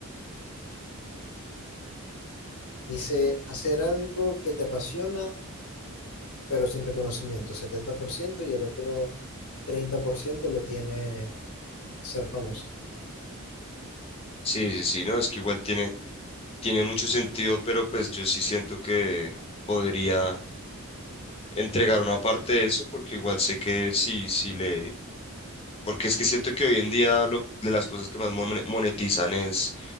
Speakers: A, on the left; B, on the left.
A: Dice, hacer algo que te apasiona, pero sin reconocimiento, 70% y el otro 30% lo tiene ser famoso.
B: Sí, sí, sí, no, es que igual tiene, tiene mucho sentido, pero pues yo sí siento que podría entregar una parte de eso, porque igual sé que sí, si le Porque es que siento que hoy en día lo, de las cosas que más mon- monetizan es